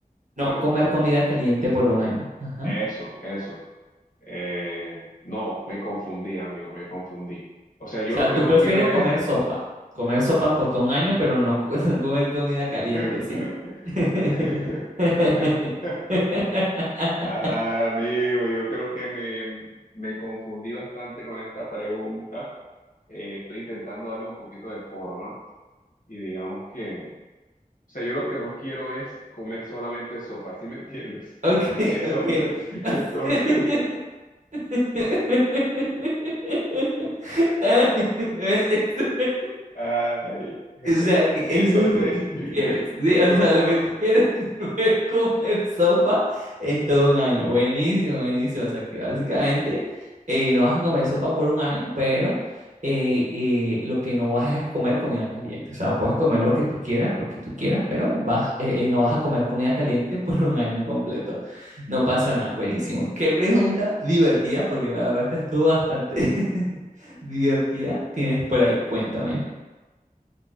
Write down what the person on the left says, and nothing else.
¿cómo
es?
Eso, eso. Eh, no, me confundí, amigo, me confundí. O sea, yo
lo que
no
quiero
es...
<laughs>
Ah, amigo, yo creo que me, me confundí bastante con esta pregunta. Eh, estoy intentando darle un poquito de forma y digamos que, o sea, yo lo que no quiero es comer solamente sopa, ¿sí me entiendes?
<laughs> Entonces,
entonces...
<laughs>
Ay, jeje.
Entonces,
<laughs>
me
voy
por
la...